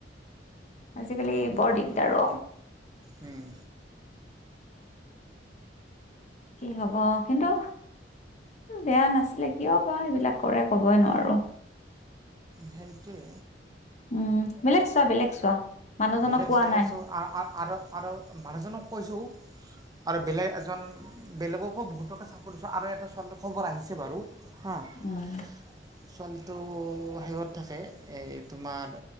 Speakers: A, on the left (about 40°); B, on the right (about 20°).
A: আজিকালি বৰ দিগদাৰ অ।
B: উম।
A: কি হ'ব, কিন্তু বেয়া নাছিলে কিয় বা এইবিলাক কৰে ক'বই নোৱাৰো।
B: সেইটোৱে।
A: উম, বেলেগ চোৱা বেলেগ চোৱা। মানুহজনক
B: বেলেগ
A: কোৱা
B: চাই
A: নাই
B: আছোঁ, আ-আ-আ-আৰু-আৰু মানুহজনক কৈছোঁ। আৰু বেলেগ এজন বেলেগকো বহুতকে চাব দিছোঁ আৰু এটা <unintelligible> খবৰ আহিছে বাৰু। হা
A: উম।
B: <inaudible> ছোৱালীটো হেৰিত থাকে, এই তোমাৰ